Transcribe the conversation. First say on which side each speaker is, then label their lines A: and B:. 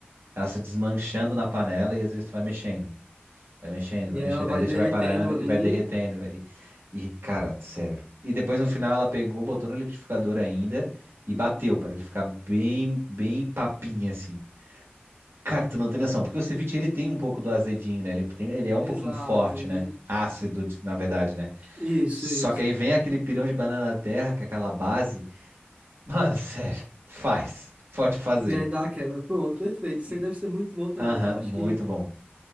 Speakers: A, on the right; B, on the right.
A: Ela se desmanchando na panela e às vezes tu vai mexendo. Vai mexendo,
B: E
A: vai mexendo.
B: aí ela vai
A: Aí deixa,
B: derretendo
A: vai parando
B: ali.
A: e vai derretendo. vai- E, e, cara, sério. E depois no final ela pegou, botou no liquidificador ainda e bateu para ele ficar bem, bem papinha assim. Cara, tu não tem noção, porque o ceviche ele tem um pouco do azedinho, né? Ele, tem- ele é um
B: Exato,
A: pouquinho forte,
B: ele.
A: né? Ácido, de- na verdade, né?
B: Isso,
A: Só
B: isso.
A: que aí vem aquele pirão de banana terra, que é aquela base. <laughs> Mano, sério, faz. Pode fazer.
B: E aí dá a quebra. Pronto, perfeito. Isso
A: Que-
B: aí deve ser muito bom também.
A: Aham,
B: Eu acho
A: muito
B: que
A: bom.